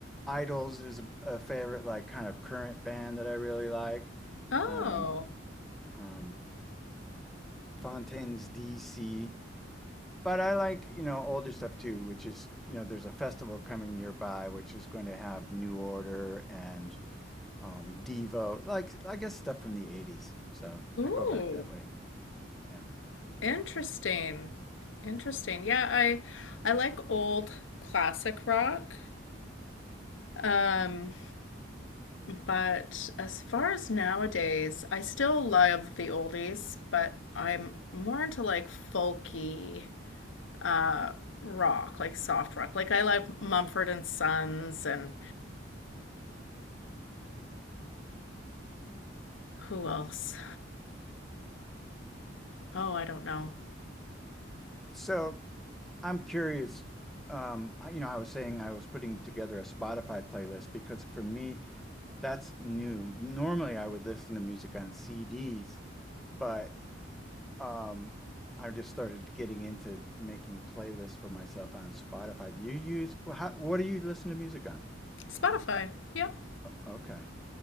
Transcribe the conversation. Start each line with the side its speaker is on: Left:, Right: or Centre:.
Centre: Idols is a, a favorite like kind of current band that I really like.
Left: Oh.
Centre: Um, um, Fontaines DC, but I like, you know, older stuff too, which is, you know, there's a festival coming nearby which is going to have New Order and um Devo, like I guess stuff from the 80s. So,
Left: Ooh.
Centre: I go back that way. Yeah.
Left: Interesting. Interesting. Yeah, I I like old classic rock. Um, but as far as nowadays, I still love the oldies, but I'm more into like folky uh rock, like soft rock. Like I like Mumford and Sons and who else? Oh, I don't know.
Centre: So, I'm curious. Um, you know, I was saying I was putting together a Spotify playlist because for me, that's new. Normally, I would listen to music on CDs, but um, I just started getting into making playlists for myself on Spotify. Do you use, wh- how, what do you listen to music on?
Left: Spotify. Yep.
Centre: Okay.